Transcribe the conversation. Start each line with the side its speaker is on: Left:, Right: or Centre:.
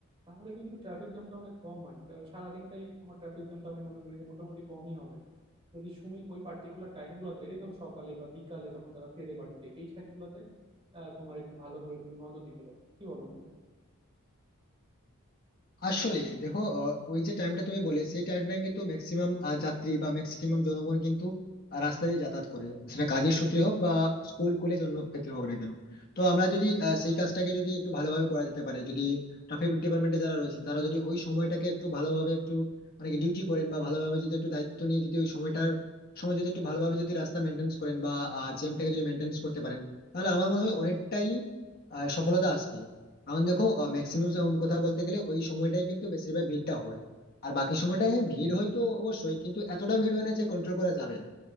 Right: তাহলে কিন্তু ট্রাফিক জ্যামটা অনেক কম হয় আর সারাদিনটাই তোমার ট্রাফিক জ্যামটা আমি মনে করি যে মোটামুটি কমই হবে যদি তুমি ওই পার্টিকুলার টাইমগুলোতে এই ধরো সকালে বা বিকালে যখন তারা ফেরে বাড়িতে এই টাইমগুলোতে তোমার একটু ভালো করে তুমি নজর দিতে পারো কি বলো বন্ধু
Left: আসলে দেখো আহ, ওই যে টাইমটা তুমি বলে সেই টাইমটা কিন্তু ম্যাক্সিমাম যাত্রী বা ম্যাক্সিমাম জনগণ কিন্তু আহ, রাস্তা দিয়ে যাতায়াত করে সেটা কাজের সূত্রে হোক বা স্কুল কলেজ অন্য ক্ষেত্রে হোক না কেন তো আমরা যদি আহ, সেই কাজটাকে যদি একটু ভালোভাবে করা যেতে পারে যদি ট্রাফিক ডিপার্টমেন্টে যারা রয়েছেন তারা যদি ওই সময়টাকে একটু ভালোভাবে একটু মানে কি ডিউটি করেন বা ভালোভাবে যদি একটু দায়িত্ব নিয়ে যদি ওই সময়টার সময় যদি একটু ভালোভাবে যদি রাস্তা মেনটেন্স করেন বা জ্যামটাকে যদি মেনটেন্স করতে পারেন তাহলে আমার মনে হয় অনেকটাই আহ, সফলতা আসবে কারণ দেখো ম্যাক্সিমাম কথা বলতে গেলে ওই সময়টাই কিন্তু বেশিরভাগ ভিড়টা হয় আর বাকি সময়টায় হ্যাঁ, ভিড় হয় তো অবশ্যই কিন্তু এতটা ভিড় হয় না যে কন্ট্রোল করা যাবে না